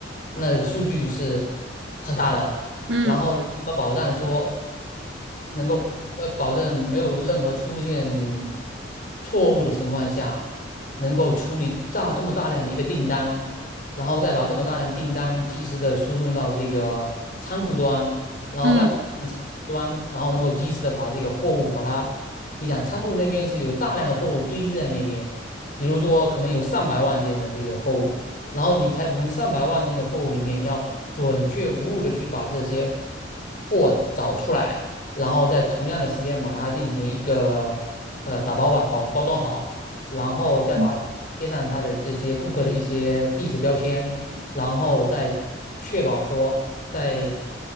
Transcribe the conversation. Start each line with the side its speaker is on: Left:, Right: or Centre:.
Left: 那个数据是很大的，
Right: 嗯
Left: 然后怎么保障说能够呃保证没有任何出现错误的情况下，能够处理大这么大量的一个订单，然后再把这么大量订单及时的输送到这个仓库端。然后让仓库端，
Right: 嗯
Left: 然后能够及时的把这个货物把它，你想仓库那边是有大量的货物堆积在那边，比如说可能有上百万件的这个货物，然后你才从上百万件的货物里面要准确无误的去把这些货找出来，然后在同样的时间把它进行一个呃打包吧，包包装好，然后再把贴上它的这些顾客的一些地址标签。
Right: 嗯，
Left: 然后再确保说在